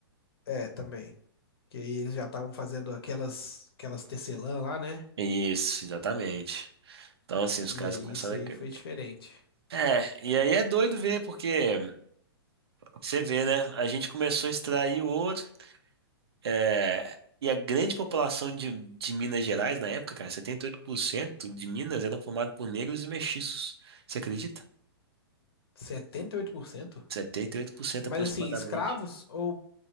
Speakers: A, on the left; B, on the right.
A: É, também. Que aí eles já estavam fazendo aquelas, aquelas tecelã lá, né?
B: Isso, exatamente. Então, assim, os
A: E
B: caras
A: aí
B: começaram
A: isso aí
B: a... cre-
A: foi diferente.
B: É, e aí é doido ver, porque Você vê, né? A gente começou a extrair ouro, é, e a grande população de, de Minas Gerais na época, cara, 78% de Minas eram formados por negros e mestiços. Você acredita?
A: setenta e oito por cento
B: 78%,
A: Mas
B: aproximadamente.
A: assim, escravos ou,